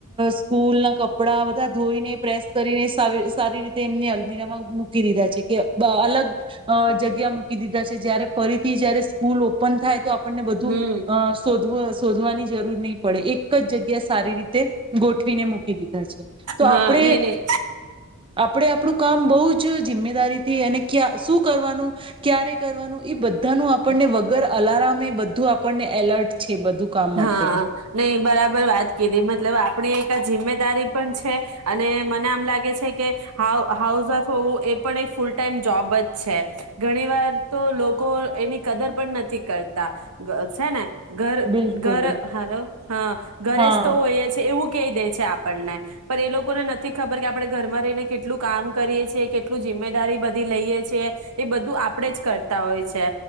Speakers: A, on the right; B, on the right.
A: સ્કૂલ ના કપડા બધા ધોઈને પ્રેસ કરીને સા સારી રીતે એમની અલમીરામાં મૂકી દીધા છે. અલગ અ જગ્યા મૂકી દીધા છે જયારે ફરીથી જયારે સ્કૂલ ઓપન થાય તો આપણને બધું
B: હમ
A: અ શોધવ શોધવાની જરૂર નહી પડે એક જ જગ્યા સારી રીતે ગોઠવીને મૂકી દ <unintelligible> તો
B: હા
A: આપણેે
B: નહી
A: આપણે
B: નહી
A: આપ આપણું કામ બઉ જિમ્મેદારીથી અને ક્યા શું કરવાનું ક્યારે કરવાનું એ બધાનું આપણને વ ગર અલારમે એ બધું આપણને એલર્ટ છે. બધું કામ માટે
B: હા, નહીં બરાબર વાત કીધી મતલબ આપણી એક આ જિમ્મેદારી પણ છે અને મને આમ લાગે છે કે હાઉ હાઉસ વાઇફ હોવું એ પણ એક ફૂલ ટાઈમ જોબ જ છે ઘણી વાર તો લોકો એની કદર પણ નથી કરતા છે ને ઘર
A: બિલકુલ
B: ઘર હાલો હા ઘરે
A: હા
B: જ તો હોઈ છે. એવું કહી દે છે આપણને પણ એ લોકોને નથી ખબર કે આપણે કહી દે છે આપઘરમાં રહીને કેટલું કામ કરીએ છ કેટલું જિમ્મેદારી બધી લઈએ છએ એ બધું આપણેે જ કરતા હોય છે